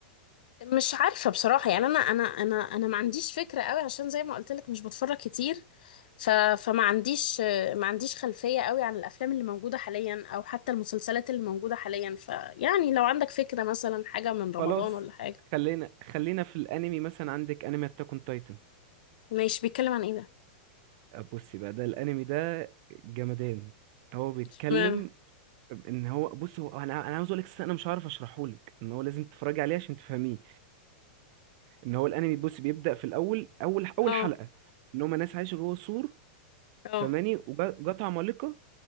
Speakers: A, on the left (about 60°); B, on the right (about 45°).
A: مش عارفة بصراحة يعني أنا أنا أنا أنا ما عنديش فكرة قوي عشان زي ما قلت لك مش بتفرج كتير ف فما عنديش ما عنديش خلفية قوي عن الأفلام اللي موجودة حاليا أو حتى المسلسلات اللي موجودة حاليا فيعني لو عندك فكرة مثلا حاجة من رمضان
B: خلاص
A: ولا حاجة
B: خلينا خلينا في الانمي مثلا عندك انمي اتاك اون تايتن
A: ماشي بيتكلم عن إيه ده؟
B: بصي بقى ده الانمي ده جمدان هو بيتكلم
A: اشمعنى؟
B: ان هو بص هو انا انا عاوز اقول لك أساساً انا مش عارف اشرحه لك ان هو لازم تتفرجي عليه عشان تفهميه ان هو الانمي بص بيبدا في الاول اول اول
A: اه
B: حلقه ان هم ناس عايشه جوه سور
A: اه
B: فماني وجات عمالقه